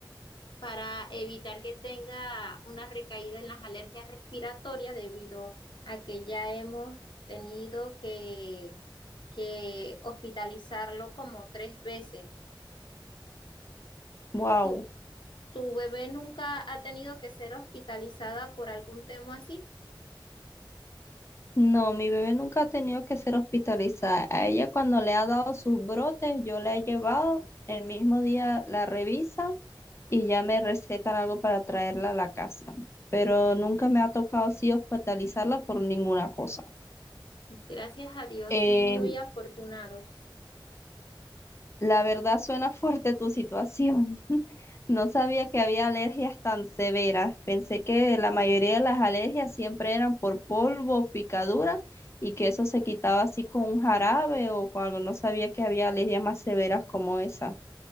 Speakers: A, on the left; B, on the left.
A: para evitar que tenga una recaída en las alergias respiratorias debido a que ya hemos tenido que, que hospitalizarlo como tres veces.
B: Wow,
A: ¿Tu, tu bebé nunca ha tenido que ser hospitalizada por algún tema así?
B: No, mi bebé nunca ha tenido que ser hospitalizada. A ella cuando le ha dado sus brotes, yo la he llevado, el mismo día la revisan y ya me recetan algo para traerla a la casa. Pero nunca me ha tocado así hospitalizarla por ninguna cosa.
A: Gracias a Dios,
B: Eh,
A: son muy afortunados.
B: la verdad suena <laughs> fuerte tu situación. No sabía que había alergias tan severas. Pensé que la mayoría de las alergias siempre eran por polvo, picadura y que eso se quitaba así con un jarabe o con algo. No sabía que había alergias más severas como esa.